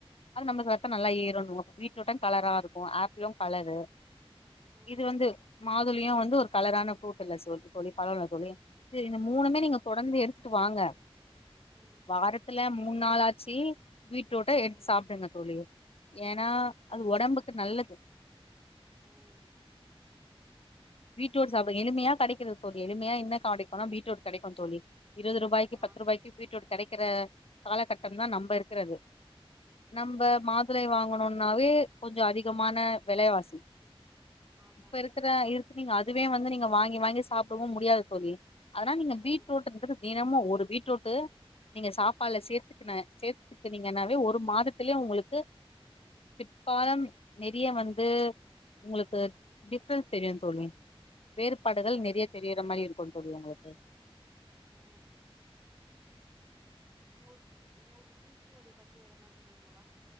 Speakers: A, on the left; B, on the right.
A: அது நம்ப்ளுக் ரத்தோ நல்லா ஏறுன்வோ பீட்ரூட்டு கலராருக்கு ஆப்பிளு கலரு
B: ம்
A: இது வந்து மாதுளியு வந்து ஒரு கலரான ஃப்ருட் இல்ல சொ தோழி பழோ இல்ல தோழி இது மூணுமே
B: ஆ
A: நீங்க தொடந்து எடுத் ட்டு வாங்க
B: ம்
A: வாரத்துல மூண் நாளாச்சி பீட்ரோட்ட
B: ம்
A: எடுத் சாப்டுங்க தோழி ஏன்னா
B: ம் பண்ணிருப்பா
A: அது ஒடம்புக்கு நல்லது
B: ம்
A: பீட்ரூட் சாப்டுங் எளிமையா கடைக்குது தோழி எளிமையா என்ன கடைக்குனா பீட்ரூட் கடைக்கு தோழி இருவது ருபாய்க்கி
B: ஆ
A: பத்து ருபாய்க்கி பீட்ரூட் கெடைக்கிற காலகட்டம்தா நம்ப இருக்குறது நம்ப
B: ஆ
A: மாதுளை வாங்கணுனாவே கொஞ்சோ அதிகமான வெலைவாசி
B: ஆமா
A: இப்ப இருக்கிற
B: ஆமா
A: இருக்கு நீங்க அதுவே வந்து நீங்க வாங்கி வாங்கி சாப்டவு முடியாது தோழி அதனால் நீங்க
B: ம்
A: பீட்ரூட்டுன்றது தினமு ஒரு பீட்ரோட்டு் நீங்க சாப்பால்ல
B: ம்
A: சேர்த்துக்கின சேத்துக்கனீங்கன்னாவே ஒரு மாதத்துலே உங்களுக்கு பிற்பாலம் நெறிய வந்து உங்களுக்கு
B: ம்
A: டிஃப்ரன் தெரியு தோழி வேறுபாடுகள்
B: ம்
A: நிறைய தெரியிர மாரி கொண்டுவரு இல்லியா உங்களுக்கு
B: அ உங்களுக்கு உங்களுக்கு பி சி ஓ டி பத்தி எதன்னா தெரியுங்களா